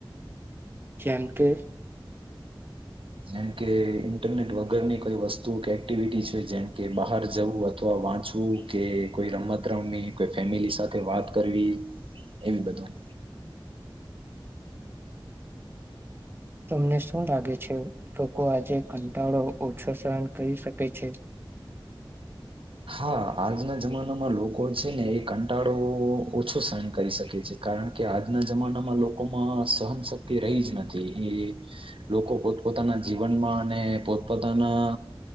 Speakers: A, on the right (about 25°); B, on the right (about 85°).
A: કેમ કે
B: જેમ કે ઇન્ટરનેટ વગરની કોઈ વસ્તુ કે એક્ટિવિટી છે જેમ કે બહાર જવું અથવા વાંચવું કે કોઈ રમત રમવી કોઈ ફેમિલી સાથે વાત કરવી એવી બધું
A: તમને શું લાગે છે લોકો આજે કંટાળો ઓછો સહન કરી શકે છે
B: હા આજના જમાનામાં લોકો છે ને એ કંટાળો ઓછો સહન કરી શકે છે કારણ કે આજના જમાનામાં લોકોમાં સહનશક્તિ રહી જ નથી એ લોકો પોતપોતાના જીવનમાં અને પોતપોતાના